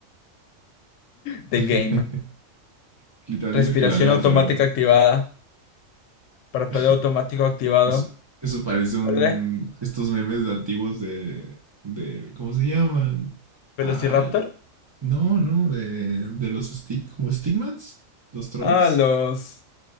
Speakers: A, on the left (about 75°); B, on the right (about 25°).
A: The
B: <laughs>
A: game.
B: Literal
A: Respiración
B: dice que lo lea,
A: automática
B: pero bueno.
A: activada. Parpadeo
B: <laughs>
A: automático activado.
B: Eso, eso parece un...
A: ¿Cuál era?
B: Estos memes antiguos de... de ¿Cómo se llaman?
A: ¿Velociraptor?
B: Ay. No, no, de, de los stick, como Stigmats, los trolls,
A: Ah, los...